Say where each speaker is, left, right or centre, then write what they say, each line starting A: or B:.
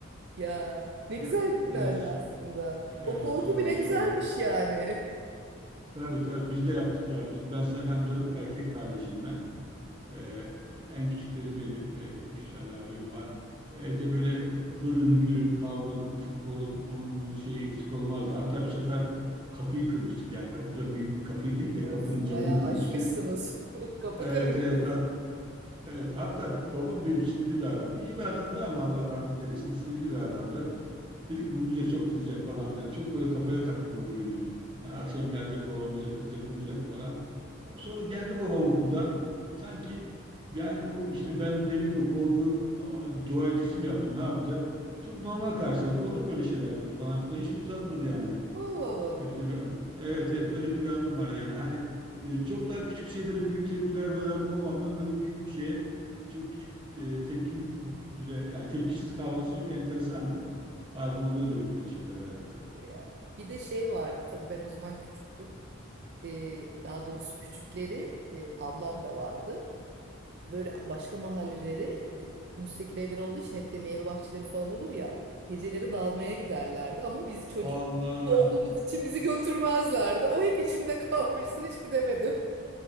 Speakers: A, on the right; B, on the right.
A: Ya ne
B: Ya,
A: güzel
B: evet,
A: günlerdi aslında.
B: evet
A: O korku
B: sorma
A: bile
B: sorma.
A: güzelmiş yani.
B: Tabii tabii biz de yaptık ya. Biz ben ben dö- erkek kardeşim ben. Ee, en küçükleri benim. Ee, üç tane abim var. Evde böyle hırın gürün, kavganın, futbolun, onun bunun şeyi eksik olmazdı. Hatta bir sefer kapıyı kırmıştık. Yani kapıda büyük kapıyı değil de
A: O
B: kapının
A: siz
B: camını
A: bayağı
B: kırmıştık.
A: aşmışsınız. <laughs> Kapı
B: Evet
A: kırmışsınız.
B: evet hat- evet. Hatta babam benim sinirli bir adamdı. İyi bir adamdı ama Allah rahmet eylesin sinirli bir adamdı. Dedi ki bu bize çok kızacak falan filan. Çok böyle kafaya taktım o günü. Yani akşam gelecek babam bize kızacak mızacak falan. Sonra geldi babam okuldan. Sanki yani o işte ben demek ki o korku ona bir dua etkisi mi yaptı, ne yaptı? Çok normal karşıladı. Olur böyle şeyler dedi falan filan. Hiç de uzatmadı yani.
A: Oo,
B: Öyle de bir anım. Evet evet öyle de bir anım var yani. Hani e, çok daha küçük şeylere büyük tepkiler veren babamdan böyle büyük bir şeye çok küçük e, tepki bile yani tepkisiz kalması enteresandı. Bazen oluyor demek ki öyle şeyler hayatta.
A: ya. Bir de şey vardı tabii ben o zaman küçüktüm. Ee, daha doğrusu küçükleri e, ablam da vardı. Böyle başka mahalleleri e, müstakil evler olduğu için hep de meyve bahçeleri falan olur ya. Geceleri dalmaya giderlerdi ama bizi çocuk
B: Allah
A: olduğumuz için bizi götürmezlerdi. O hep içimde <laughs> kalmıştır hiç gidemedim.